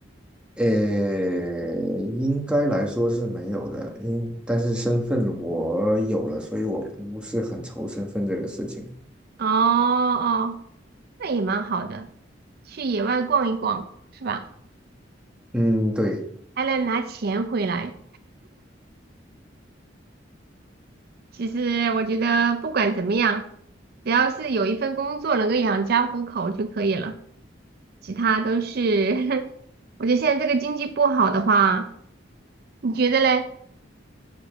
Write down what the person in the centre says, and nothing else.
呃，应该来说是没有的，因但是身份我有了，所以我不是很愁身份这个事情。
嗯，对，